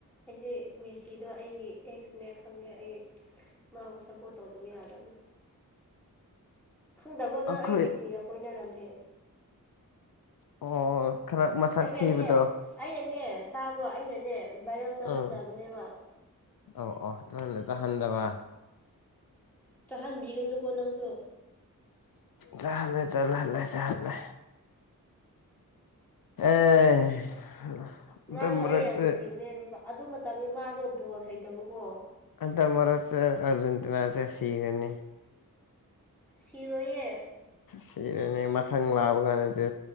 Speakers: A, in the centre; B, on the left.
A: ꯑꯩꯗꯤ ꯃꯦꯁꯤꯗꯣ ꯑꯩꯒꯤ ꯑꯦꯛꯁꯅꯦ ꯈꯪꯉꯦ ꯑꯩ ꯃꯥꯕꯨ ꯁꯞꯄꯣꯔꯠ ꯇꯧꯗꯕ ꯌꯥꯗꯕꯅꯤ ꯈꯪꯗꯕ꯭ꯔꯣ ꯅꯪ
B: ꯑꯩꯈꯣꯏ
A: ꯑꯩ ꯃꯤꯁꯤꯒ ꯀꯣꯏꯅꯔꯝꯃꯦ
B: ꯑꯣ ꯈꯔ ꯃꯁꯛ
A: ꯑꯩꯅꯅꯦ
B: ꯊꯤꯕꯗꯣ
A: ꯑꯩꯅꯅꯦ ꯇꯥꯕ꯭ꯔꯣ ꯑꯩꯅꯅꯦ ꯚꯏꯔꯦꯜ ꯆꯠꯍꯟꯗꯕꯅꯦꯕ
B: ꯎꯝ ꯑꯣ ꯑꯣ ꯅꯉꯣꯟꯗ ꯆꯥꯍꯟꯗꯕ
A: ꯆꯥꯍꯟꯕꯤꯒꯅꯨꯀꯣ ꯅꯪꯁꯨ
B: ꯆꯍꯂꯦ ꯆꯂꯂꯦ ꯆꯍꯂꯦ ꯑꯦ ꯍꯟꯗꯛ
A: ꯃꯥꯗꯣ
B: ꯃꯔꯛꯁꯦ
A: ꯑꯩ ꯌꯥꯝ ꯅꯨꯡꯁꯤꯕꯅꯦ ꯑꯗꯨ ꯃꯇꯝꯗꯤ ꯃꯥꯗꯣ ꯕꯣꯜ ꯍꯩꯇꯕꯀꯣ
B: ꯑꯗ ꯃꯔꯔꯁ ꯑꯔꯖꯦꯟꯇꯤꯅꯥ ꯆ ꯁꯤꯤ ꯔꯅꯤ
A: ꯁꯤꯔꯣꯏꯦ
B: ꯁꯤꯔꯅꯦ ꯃꯊꯪ ꯂꯥꯛꯕ ꯀꯥꯟꯗꯗꯤ